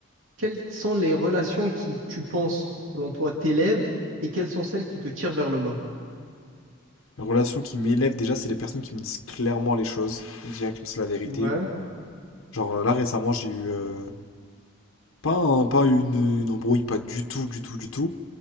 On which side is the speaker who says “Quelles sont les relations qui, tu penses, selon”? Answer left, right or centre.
Right